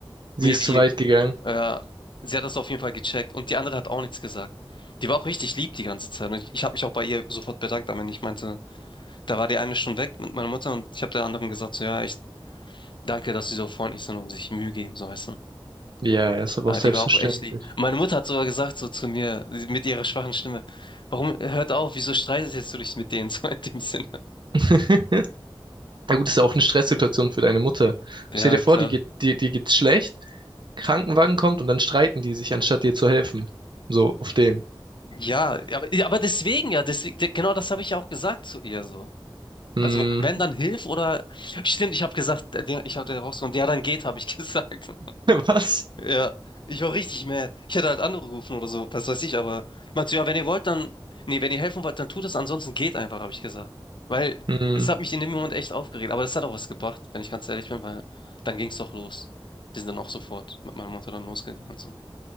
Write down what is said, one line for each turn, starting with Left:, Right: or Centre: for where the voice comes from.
Right: Sie
Left: Maybe
Right: ist zu weit gegangen.
Left: Ja, sie hat das auf jeden Fall gecheckt und die andere hat auch nichts gesagt. Die war auch richtig lieb die ganze Zeit und ich, ich habe mich auch bei ihr sofort bedankt, aber ich meinte, da war die eine schon weg mit meiner Mutter und ich habe der anderen gesagt, so ja, echt danke, dass sie so freundlich sind und sich Mühe geben, so weißt du.
Right: Ja, ist aber
Left: Ja,
Right: auch selbstverständlich.
Left: die war auch echt lieb. Meine Mutter hat sogar gesagt so zu mir sie- mit ihrer schwachen Stimme, warum hört auf, wieso streitest du dich mit denen <laughs> so in dem Sinne?
Right: <laughs> Na gut, ist ja auch eine Stresssituation für deine Mutter.
Left: Ja,
Right: Stell dir vor,
Left: klar.
Right: die geht, die, die geht's schlecht, Krankenwagen kommt und dann streiten die sich, anstatt dir zu helfen. So, auf den.
Left: Ja, aber, aber deswegen ja, deswegen, genau das habe ich ja auch gesagt zu ihr so.
Right: Hm,
Left: Also wenn, dann Hilf oder... Stimmt, ich habe gesagt, der- den, ich habe den rausgenommen. Ja, dann geht, habe ich <laughs> gesagt.
Right: <laughs> was?
Left: Ja, ich war richtig mad. Ich hätte halt angerufen oder so, was weiß ich, aber ich meinte so, ja, wenn ihr wollt, dann, nee, wenn ihr helfen wollt, dann tut es, ansonsten geht einfach, habe ich gesagt. Weil
Right: Hm,
Left: es hat mich in dem Moment echt aufgeregt, aber das hat auch was gebracht, wenn ich ganz ehrlich bin, weil dann ging es doch los. Die sind dann auch sofort mit meiner Mutter dann losgegangen und so.